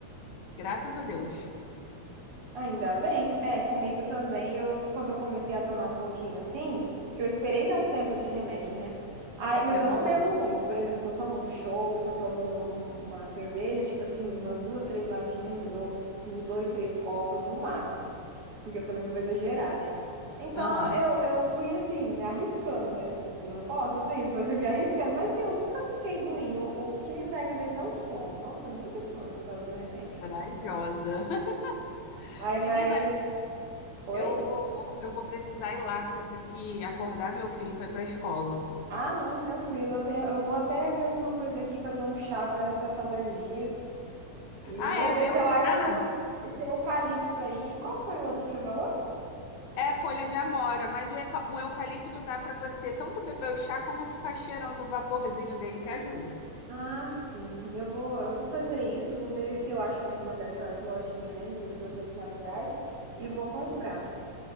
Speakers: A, on the left (about 80°); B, on the right (about 55°).
A: Graças a Deus.
B: Ainda bem, é, comigo também, eu, quando eu comecei a tomar um pouquinho assim, porque eu esperei dar um tempo de remédio, né? Aí, mas
A: Eu
B: eu
A: tô,
B: não bebo muito, por exemplo, se eu tomo um chopp, se eu tomo um- um, uma cerveja, tipo assim, umas duas, três latinhas, ou uns dois, três copos no máximo, porque eu também não vou exagerar, né? Então,
A: aham,
B: eu, eu fui assim, me arriscando, né? Eu não posso fazer isso, mas fui me arriscando. Mas assim, eu nunca fiquei ruim. O, o que me pega mesmo é o sono. Nossa, muito sono por causa do remédio.
A: corajosa. <laughs>
B: Ai,
A: Menina,
B: mas. Oi?
A: Eu vou, eu vou precisar ir lá, que eu tenho que acordar meu filho para ir para a escola.
B: Ah, não, tranquilo. Eu tenho, eu vou até ver alguma coisa aqui, fazer um chá para essa alergia. E
A: Ah,
B: vou
A: é,
B: ver
A: ver
B: se
A: o
B: eu
A: chá.
B: acho esse eucalipto aí. Qual que foi o outro que você falou?
A: É folha de amora, mas o, eca- o eucalipto dá para você tanto beber o chá como ficar cheirando o vaporzinho dele que ajuda.
B: Ah, sim. Eu vou, eu vou fazer isso, vou ver se eu acho alguma dessas lojinhas, né, de produtos naturais e vou comprar.